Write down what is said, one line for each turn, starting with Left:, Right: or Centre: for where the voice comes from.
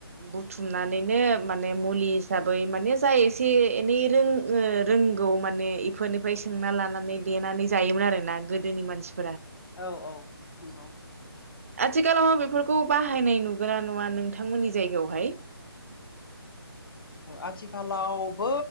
Right: बुथुमनानैनो माने मुलि हिसाबै माने जाय एसे एनै रों रोंगौ माने इफोरनिफ्राय सोंना लानानै देनानै जायोमोन आरोना गो दोनि मानसि
Left: औ औ नंगौ
Right: आथिखालाव बेफोरखौ बाहायनाय नुगोना नङा नोंथांमोननि जायगायावहाय
Left: आथिखालावबो